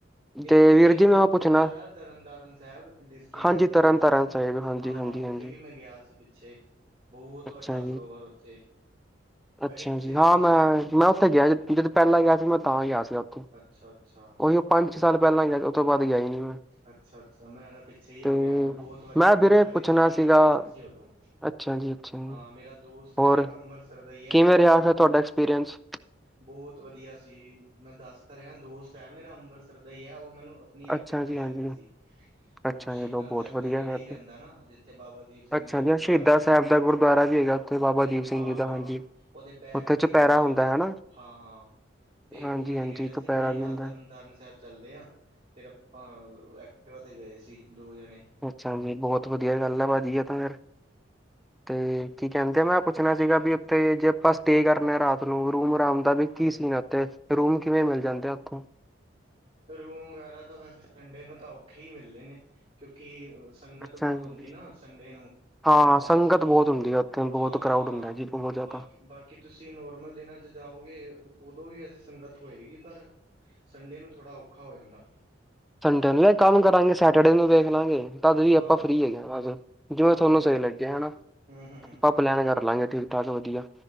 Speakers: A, on the right; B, in the centre.
A: ਇੱਕ
B: ਤੇ
A: ਉੱਥੇ,
B: ਵੀਰ
A: ਇੱਕ
B: ਜੀ
A: ਹੋਰ
B: ਮੈਂ ਉਹ ਪੁੱਛਣਾ
A: ਗੁਰਦੁਆਰਾ ਤਰਨਤਾਰਨ ਸਾਹਿਬ, ਡਿਸਟਿਕ
B: ਹਾਂਜੀ
A: ਹੈ ਤਰਨਤਾਰਨ
B: ਤਰਨ ਤਾਰਨ ਸਾਹਿਬ ਹਾਂਜੀ
A: ਹਾਂ,
B: ਹਾਂਜੀ
A: ਉੱਥੇ
B: ਹਾਂਜੀ
A: ਵੀ ਮੈਂ ਗਿਆ ਸੀ। ਪਿੱਛੇ ਬਹੁਤ
B: ਅੱਛਾ
A: ਵੱਡਾ ਸਰੋਵਰ
B: ਜੀ
A: ਉੱਥੇ?
B: ਅੱਛਾ
A: ਗਏ ਤੁਸੀਂ
B: ਜੀ ਨਾ
A: ਕਦੀ
B: ਮੈ ਮੈਂ ਉੱਥੇ ਗਿਆ ਜਦੋਂ ਪਹਿਲਾਂ ਗਿਆ ਸੀ ਮੈਂ ਤਾਂ ਹੀ ਗਿਆ ਸੀ ਉੱਥੇ
A: ਅੱਛਾ ਅੱਛਾ।
B: ਉਹੀ, ਉਹ ਪੰਜ ਸਾਲ ਪਹਿਲਾਂ, ਉਹ ਤੋਂ ਬਾਅਦ, ਗਏ ਨਈ ਮੈਂ
A: ਅੱਛਾ ਅੱਛਾ ਮੈਂ ਤਾਂ ਪਿੱਛੇ ਹੀ
B: ਤੇ
A: ਹੋ ਕੇ ਆਇਆ, ਬਹੁਤ ਵੱਡਾ,
B: ਵੀਰੇ
A: ਮੈਂ ਵੀ
B: ਪੁੱਛਣਾ
A: ਪਹਿਲੀ ਵਾਰੀ
B: ਸੀਗਾ
A: ਗਿਆ ਸੀ। ਉਦੋਂ,
B: ਅੱਛਾ ਜੀ ਅੱਛਾ ਜੀ
A: ਹਾਂ ਮੇਰਾ ਦੋਸਤ ਸਹਿਰ
B: ਹੋਰ
A: ਅੰਬਰਸਰ ਦਾ ਈ ਹਿ
B: ਕਿਵੇਂ ਰਿਹਾ ਫਿਰ ਤੁਹਾਡਾ ਐਕਸਪੀਰੀਅੰਸ
A: ਬਹੁਤ ਵਧੀਆ ਸੀ, ਮੈਂ ਦੱਸਦਾ ਰਿਹਾ ਦੋਸਤ ਭਰਾ ਮੇਰਾ ਅੰਮ੍ਰਿਤਸਰ, ਦਾ ਹੀ ਹੈ। ਉਹ ਮੈਨੂੰ ਆਪਣੀ
B: ਅੱਛਾ
A: ਐਕਟਿਵਾ, ਤੇ
B: ਜੀ
A: ਲੈ
B: ਹਾਂਜੀ
A: ਗਿਆ ਸੀ।
B: ਅੱਛਾ
A: ਉਹ, ਸ਼ਹੀਦਾਂ
B: ਚਲੋ ਬਹੁਤ
A: ਸਾਹਿਬ
B: ਵਧੀਆ
A: ਦੇ ਨੇੜੇ,
B: ਫਿਰ।
A: ਹੀ ਰਹਿੰਦਾ ਨਾ, ਜਿੱਥੇ, ਬਾਬਾ ਦੀਪ ਸਿੰਘ
B: ਅੱਛਾ
A: ਜੀ ਦਾ ਗੁਰਦੁਆਰਾ,
B: ਸ਼ਹੀਦਾਂ
A: ਨਾ
B: ਸਾਹਿਬ ਦਾ ਗੁਰਦੁਆਰਾ ਵੀ ਹੈਗਾ ਉੱਥੇ, ਬਾਬਾ ਦੀਪ
A: ਹਾਂ
B: ਸਿੰਘ ਜੀ ਦਾ,
A: ਹਾਂ
B: ਹਾਂਜੀ
A: ਉਹਦੇ, ਬੈਕ
B: ਉੱਥੇ
A: ਤੇ
B: ਚੁਪਹਿਰਾ
A: ਹੀ ਰਹਿੰਦਾ ਉਹ,
B: ਹੁੰਦਾ ਹੈ ਨਾ
A: ਹਾਂ ਹਾਂ ਤੇ ਉਹ
B: ਹਾਂਜੀ
A: ਮੈਨੂੰ
B: ਹਾਂਜੀ
A: ਕਹਿ ਰਿਹਾ
B: ਚੁਪਹਿਰਾ
A: ਸੀ ਵੀ ਅਹ ਤਰਨ
B: ਹੁੰਦਾ
A: ਤਰਨ ਤਾਰਨ ਸਾਹਿਬ ਚੱਲਦੇ ਆ, ਫਿਰ ਆਪਾ ਐਕਟਿਵਾ ਤੇ ਗਏ ਸੀ। ਦੋ ਜਣੇ
B: ਅੱਛਾ ਜੀ, ਬਹੁਤ ਵਧੀਆ ਗੱਲ ਏ ਆ ਭਾਜੀ, ਇਹ ਤੇ ਫਿਰ ਤੇ ਕੀ ਕਹਿੰਦੇ ਆ, ਮੈਂ ਪੁੱਛਣਾ ਸੀਗਾ, ਵੀ ਉੱਥੇ ਜੇ ਆਪਾਂ ਸਟੇ ਕਰੇ ਆਾਂ ਰਾਤ ਨੂੰ, ਰੂਮ ਆਰਾਮ ਪਤਾ ਨਈ,
A: ਹਾਂਜੀ
B: ਕੀ ਸੀਨ ਉੱਥੇ, ਰੂਮ ਕਿਵੇਂ ਮਿਲ, ਜਾਂਦੇ ਆ, ਉੱਥੋਂ
A: ਰੂਮ ਵਗੈਰਾ ਤਾਂ ਵੈਸੇ ਸੰਡੇ ਨੂੰ ਤਾਂ ਔਖੇ ਹੀ ਮਿਲਦੇ ਨੇ, ਕਿਉਂਕਿ ਸੰਗਤ,
B: ਅੱਛਾ
A: ਬਹੁਤ
B: ਜੀ
A: ਹੁੰਦੀ ਨਾ, ਸੰਡੇ ਨੂੰ
B: ਹਾਂ
A: ਦਰਬਾਰ
B: ਸੰਗਤ
A: ਸਾਹਿਬ
B: ਬਹੁਤ ਹੁੰਦੀ ਆ ਉੱਥੇ ਬਹੁਤ
A: ਹਾਂ
B: ਕਰਾਊਡ
A: ਹਾਂ
B: ਹੁੰਦਾ ਜੀ ਬਹੁਤ ਜ਼ਿਆਦਾ
A: ਬਾਕੀ ਬਾਕੀ ਕਿ ਤੁਸੀਂ, ਨੋਰਮਲ ਦਿਨਾਂ ਚ ਜਾਓ? ਉਦੋਂ ਵੀ ਅਜੇ, ਸੰਗਤ ਹੋਏਗੀ, ਪਰ ਸੰਡੇ ਨੂੰ, ਥੋੜਾ ਔਖਾ ਹੋ ਜਾਂਦਾ
B: ਸੰਡੇ ਨੂੰ ਵੀ, ਕੰਮ ਕਰਾਂਗੇ। ਸੈਟਰਡੇ ਨੂੰ ਵੇਖ ਲਾਂਵਾ ਗੇ ਤਦ ਵੀ,
A: ਹਾਂ
B: ਆਪਾਂ
A: ਹਾਂ
B: ਫਰੀ ਹੈਗੇ, ਬਸ ਜਿਵੇਂ
A: ਹਾਂ
B: ਤੁਹਾਨੂੰ
A: ਹਾਂ
B: ਸਹੀ ਲੱਗਿਆ, ਹੈਨਾ
A: ਹਮ ਹਮ
B: ਆ ਪਲੈਨ ਕਰ ਲਾਂ ਗੇ ਚੱਲ, ਵਧੀਆ